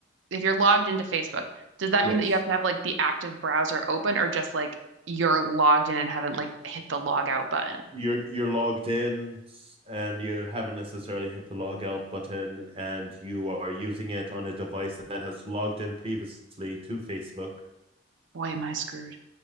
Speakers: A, on the right; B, on the right.
A: if you're logged into Facebook, does that
B: Yes,
A: mean that you have to have like the active browser open or just like you're logged in and haven't like hit the log out button?
B: you're you're logged in, and you haven't necessarily hit the log out button, and you are using it on a device that has logged in previously to Facebook,
A: Boy, am I screwed.